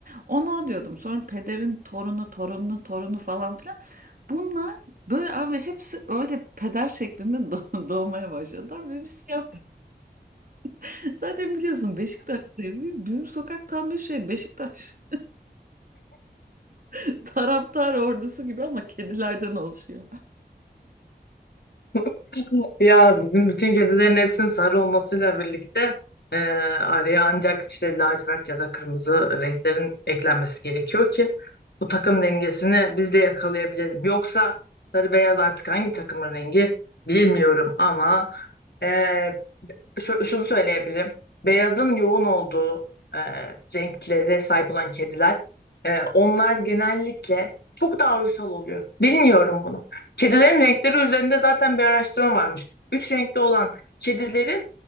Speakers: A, on the right; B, on the left.
A: Ona o diyordum. Sonra pederin torunu, torununun torunu falan filan. Bunlar böyle abi hepsi öyle peder şeklinde doğ- <laughs> doğmaya başladılar. Böyle bir siyah. <laughs> Zaten biliyorsun Beşiktaş'tayız biz. Bizim sokak tam bir şey Beşiktaş <laughs> taraftar ordusu gibi ama kedilerden oluşuyor.
B: <laughs> Ya bizim bütün kedilerin hepsinin sarı olmasıyla birlikte e, araya ancak işte lacivert ya da kırmızı renklerin eklenmesi gerekiyor ki bu takım dengesini biz de yakalayabilelim. Yoksa sarı beyaz artık hangi takımın rengi bilmiyorum ama e, şu, şunu söyleyebilirim. Beyazın yoğun olduğu e, renklere sahip olan kediler, e, onlar genellikle çok daha uysal oluyor. Bilmiyorum bunu. Kedilerin renkleri üzerinde zaten bir araştırma varmış. Üç renkli olan kedilerin